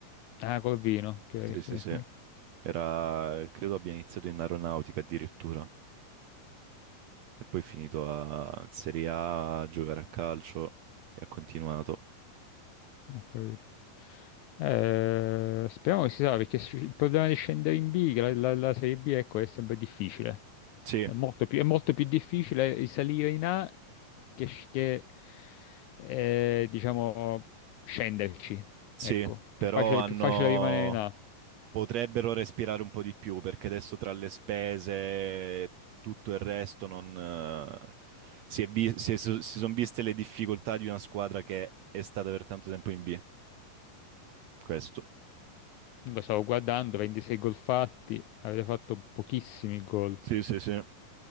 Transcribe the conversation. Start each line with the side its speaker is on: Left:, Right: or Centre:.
Left: Ah, col vino, ok,
Right: Sì,
Left: sì.
Right: sì, sì.
Left: sì.
Right: Era, credo abbia iniziato in aeronautica addirittura e poi è finito a Serie A a giocare a calcio e ha continuato.
Left: Ho capito. Eh, speriamo che si sa, perché s- il problema di scendere in B, che la, la- la Serie B, ecco, è sempre difficile.
Right: Sì,
Left: È molto più, è molto più difficile salire in A che, sc- che, eh, diciamo, scenderci.
Right: sì,
Left: Ecco, è
Right: però
Left: più facile,
Right: hanno
Left: è più facile rimanere in A.
Right: Potrebbero respirare un po' di più perché adesso tra le spese e tutto il resto non, eh, si è vi- si è- so, si sono viste le difficoltà di una squadra che è stata per tanto tempo in B. Questo.
Left: Comunque stavo guardando, 26 gol fatti, avete fatto pochissimi gol.
Right: Sì, sì, sì. Hanno